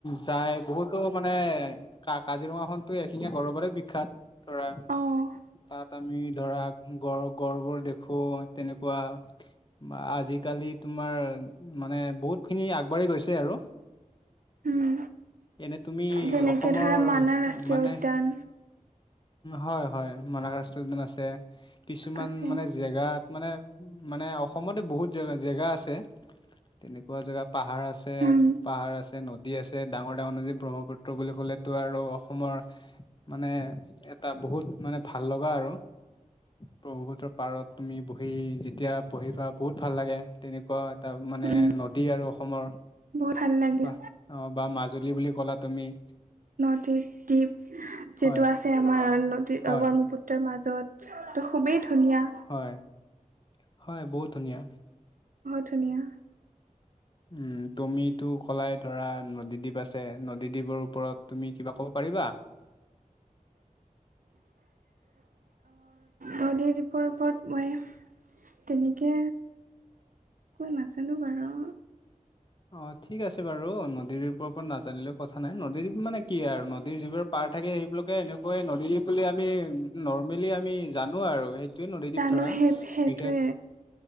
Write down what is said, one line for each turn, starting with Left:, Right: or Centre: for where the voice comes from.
Left: যাই বহুতো মানে- কা কাজিৰঙাখনতো এখিঙীয়া গড়ৰ কাৰণে বিখ্যাত ধৰা
Right: অ'
Left: তাত- ত আমি ধৰা গড় গড়বোৰ দেখো তেনেকুৱা- বা আজিকালি তোমাৰ- মানে বহুত খিনি আগবাঢ়ি গৈছে আৰু,
Right: উম।
Left: এনে তুমি
Right: যেনেকে
Left: অসমৰ
Right: ধৰা মানাহ ৰাষ্ট্ৰীয়
Left: মানে-
Right: উদ্যান
Left: হয় হয় মানাহ ৰাষ্ট্ৰীয় উদ্যান আছে, কিছুমান
Right: আছে
Left: মানে জেগাত মানে মানে অসমতে বহুত জে জেগা আছে, তেনেকুৱা জেগা পাহাৰ আছে,
Right: উম
Left: পাহাৰ আছে, নদী আছে, ডাঙৰ ডাঙৰ নদী ব্ৰহ্মপুত্ৰ বুলি ক'লেতো আৰু অসমৰ- মানে এটা বহুত মানে ভাল লগা আৰু। ব্ৰহ্মপুত্ৰৰ পাৰত তুমি বহি যেতিয়া পঢ়িবা বহুত ভাল লাগে, তেনেকুৱা- এটা মানে
Right: উম
Left: নদী আৰু অসমৰ,
Right: বহুত ভাল লাগে
Left: বাহ বা মাজুলী - বুলি ক'লা তুমি-
Right: নদী দ্বীপ যিটো
Left: হয়
Right: আছে আমাৰ নদী
Left: হয়
Right: ব্ৰহ্মপুত্ৰ- তাৰ মাজত তো খুবেই ধুনীয়া,
Left: হয়, হয় বহুত ধুনীয়া।
Right: বহুত ধুনীয়া,
Left: উম তুমিটো ক'লাই ধৰা নদীদ্বীপ আছে নদীদ্বীপৰ- ওপৰত তুমি কিবা ক'ব পাৰিবা?
Right: নদীৰ দ্বীপৰ ওপৰত মই, তেনেকে মই নাজানো বাৰু,
Left: অ ঠিক আছে বাৰু নদীৰ দ্বীপৰ ওৰত নাজানিলেও কথা নাই, নদী দ্বীপ মানে কি আৰু নদীৰ যি বোৰ- পাৰ থাকে সেইবিলাকে এনেকুৱাই নদী বুলি আমি নৰ্মেলি আমি জানো আৰু, সেই- এইটোৱে নদীদ্বীপ
Right: জানো
Left: ধৰা,
Right: সেই সেইটোৱে
Left: বিশেষ